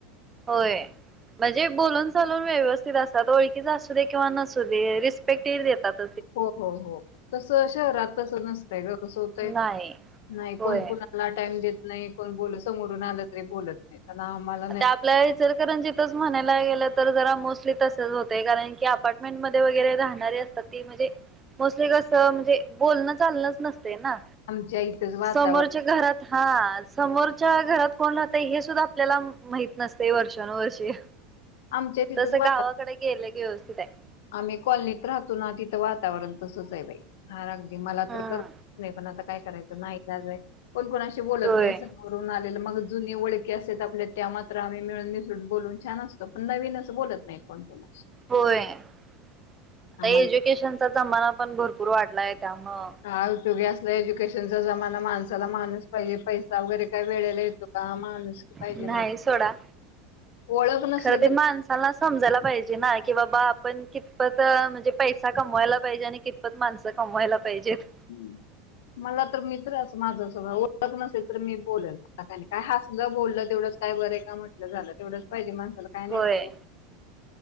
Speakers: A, on the right; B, on the left.
A: होय म्हणजे बोलून चलून व्यवस्थित असतात ओळखीच असू दे किंवा नसू दे रिस्पेक्ट ये देतात.
B: हो हो हो तसं शहरात तसं नसतय ग कसं होतय
A: नाही
B: नाही
A: होय.
B: कोणकण मला टाइम देत नाही कोण बोल समोरून आलं तरी बोलत नाही. आ आमला
A: आता आपल्या सर कारण जिथंच म्हणायला गेलं तर जरा मोस्टली तसंच होतं कारण की अपार्टमेंटमध्ये वगैरे राहणारी अस ते म्हणजे मोस्टली कसं म्हणजे बोलणं चाललंच नसते ना
B: आमच्या इथंच वातावरण
A: समोरच्या घरात. हा समोरच्या घरात कोण राहतयं हे सुद्धा आपल्याला माहितं नसते वर्ष नव <inaudible> र्षी
B: आमच्या तिथंच
A: तस
B: वातावरण
A: गावाकडे गेले व्यवस्थित आहे
B: आम्ही कॉलनीत राहतो ना तिथं वातावरण तसंच आहे बाई हा अगदी मला
A: हम्म
B: तर करत नाही. पण आता काय करायचं नाही लाज आहे कोण कोणाशी बोलत
A: होय
B: नाही. करून आलेलं मग जुने वओळखी असत आपल्या त्या मात्र आम्ही मिळून मिसळून बोलून छान असतो पण नवीन असं बोलत नाही कोण कोणा
A: होय आता
B: आम्हाला
A: एज्युकेशनचा जमाना पण भरपूर वाढलाय त्यामुळ
B: हा उद्योगी असल्या एज्युकेशनचा जमाना माणसाला माणूस पाजे पैसा वगैरे का वेळेला येतो का माणस की पाहिजेण
A: नाही सोडा
B: ओळख नसली
A: खरं ते
B: त
A: माणसाला समजायला पाहिजे ना की बाबा आपण कितपत म्हणजे पैसा कमवायला पाहिजे आणि माणसं कमवायला पाहिजेत
B: हम्म मला तर मित्रच माझं सगळं ओळत नसेल तर मी बोलेल काय हसलंं बोललं तेवढंच काय बरंय का म्हटलं झालं तेवढंच पाहिजे माणसाला काय नाहीतय
A: होय